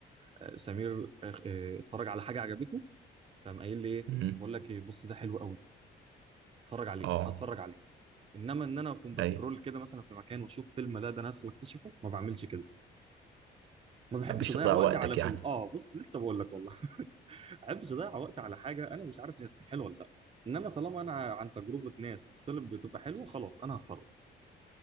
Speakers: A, on the right; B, on the right.
A: آه، سمير آه، آه، اتفرج على حاجه عجبته فقام قايل لي ايه
B: امم
A: بقول لك ايه بص ده حلو قوي اتفرج عليه
B: اه
A: هتفرج عليه انما ان انا اكون بسكرول
B: ايوه ما
A: كده مثلا في مكان واشوف فيلم لا ده انا هدخل اكتشفه ما بعملش كده ما بحبش
B: تحبش
A: اضيع
B: تضيع
A: وقتي
B: وقتك
A: على
B: يعني
A: فيلم اه بص لسه بقول لك والله <laughs> ما بحبش اضيع وقتي على حاجه انا مش عارف هي هتكون حلوه ولا لا انما طالما انا عن تجربه ناس طلب بتبقى حلوه خلاص انا هتفرج